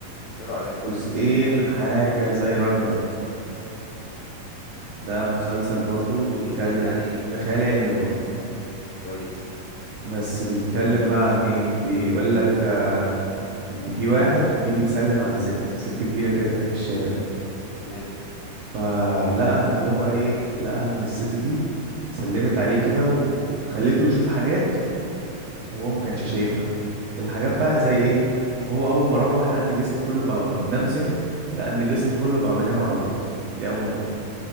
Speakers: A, on the left; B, on the right.
A: ايه رايك قول
B: جزئين
A: لي
B: حاجة زي راجناروك ده مسلسل برضو بيتكلم
A: امم بيحكي عن ايه
B: ده خيال علمي برضو
A: كويس
B: بس بيتكلم بقى عن ايه بيقول لك آه، ان في واحد جه بيسلم على ست ست كبيرة كده كانت في الشارع
A: تمام
B: فلقى ان هو ايه لقى ان الست دي سلمت عليه كده و... وخلته يشوف حاجات وهو ما كانش شايفها الحاجات بقى زي ايه هو اول ما روح لقى ان جسمه كله بقى م- نام صحي لقى ان جسمه
A: امم
B: كله بقى مليان عضلات دي اول نقطة